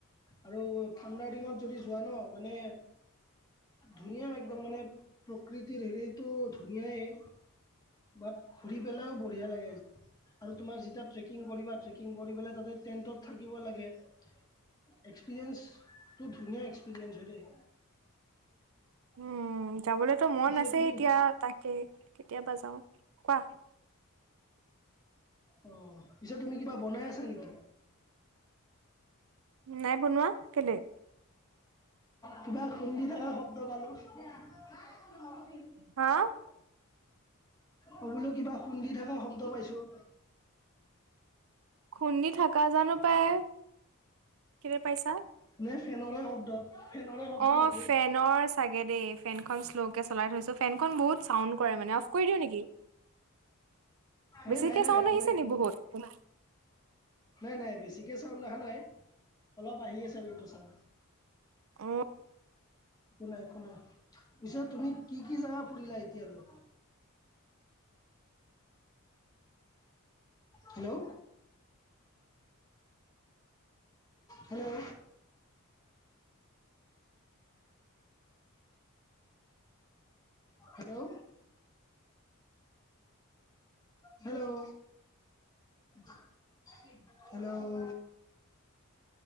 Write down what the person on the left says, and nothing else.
আৰু ঠাণ্ডাৰ দিনত যদি যোৱা ন' মানে ধুনীয়া, একদম মানে, প্ৰকৃতিৰ হেৰিটো ধুনীয়াই। বাট ঘুৰি পেলাইও বঢ়িয়া লাগে। আৰু তোমাৰ যেতিয়া ট্ৰেকিং কৰিবা, ট্ৰেকিং কৰিপেলাই তাতে টেন্টত থাকিব লাগে। এক্সপিৰিয়েঞ্চটো ধুনীয়া এক্সপিৰিয়েঞ্চ হয় দেই।
পিছে
তুমি
অ', পিছে তুমি কিবা বনাই আছা নেকি?
কিবা খুন্দি থকা শব্দ পালোঁ। <unintelligible>
অ', বোলোঁ কিবা খুন্দি থকা শব্দ পাইছোঁ।
নে ফেনৰৰে শব্দ। ফেনৰে শব্দ
নেকি?
এ
নাই নাই
একো
নাই একো
নাই-নাই, বেছি কে চাওন অহা নাই, অলপ আহি আছে কিন্তু চাওন।
একো নাই, একো নাই, পিছে তুমি কি-কি জেগা ফুৰিলা এতিয়ালৈ? Hello? Hello? Hello, hello? Hello? <unintelligible> hello,